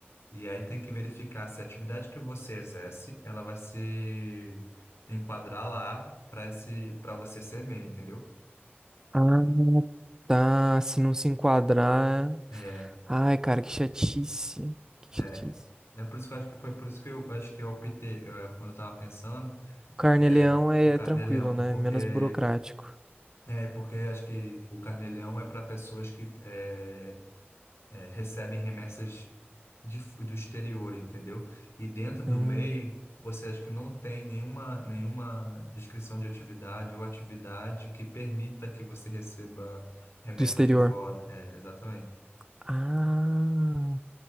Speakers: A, on the left; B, on the right.
A: E aí tem que verificar se a atividade que você exerce, ela vai se enquadrar lá para esse, para você ser MEI, entendeu?
B: Ah, tá. Se não se enquadrar.
A: É,
B: Ai, cara, que chatice. Que
A: é.
B: chatice.
A: É por isso que eu acho que foi por isso que eu acho que eu optei, eh, quando eu estava pensando,
B: O carnê-leão
A: é,
B: é,
A: o
B: é
A: carnê-leão,
B: tranquilo, né?
A: porque
B: é Menos burocrático.
A: É, porque acho que o Carneleão é para pessoas que é, é, recebem remessas de f- do exterior, entendeu? E dentro do
B: Hum,
A: MEI, você acha que não tem nenhuma, nenhuma descrição de atividade ou atividade que permita que você receba remessas
B: do exterior.
A: de fora. É, exatamente.
B: Ah,